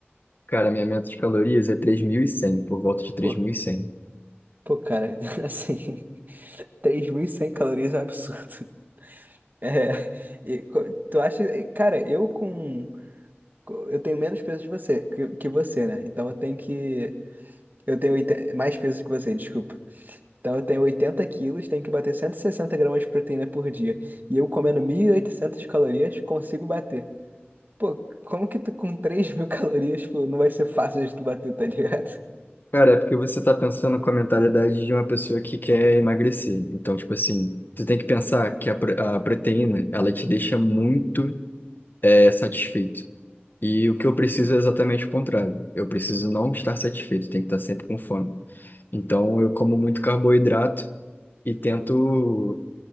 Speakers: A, on the left; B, on the right.
A: Cara, minha meta de calorias é 3.100, por volta de três
B: Pô,
A: mil e cem.
B: pô, cara, <laughs> assim, 3.100 calorias é um absurdo. É, e co- tu acha, cara, eu com, co- eu tenho menos peso de você, que, que você, né? Então eu tenho que, eu tenho oitenta mais peso que você, desculpa. Então eu tenho 80 quilos, tenho que bater 160 gramas de proteína por dia. E eu comendo 1.800 calorias, consigo bater. Pô, como que tu com 3.000 <laughs> calorias, pô, não vai ser fácil de tu bater, tá ligado?
A: Cara, é porque você tá pensando com a mentalidade de uma pessoa que quer emagrecer. Então, tipo assim, você tem que pensar que a, pro- a proteína, ela te deixa muito é, satisfeito. E o que eu preciso é exatamente o contrário. Eu preciso não estar satisfeito, tem que estar sempre com fome. Então, eu como muito carboidrato e tento